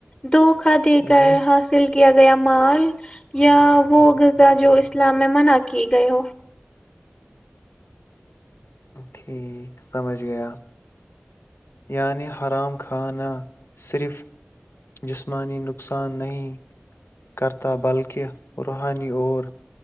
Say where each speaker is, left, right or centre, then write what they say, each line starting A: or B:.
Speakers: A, on the left (about 20°); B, on the left (about 80°).
A: دو کھا دے
B: ہوں،
A: کر حاصل کیا گیا مال یا وہ غذا جو اسلام میں منع کی گئے ہو
B: ٹھیک سمجھ گیا یعنی حرام کھانا صرف جسمانی نقصان نہیں کرتا بلکہ روحانی اور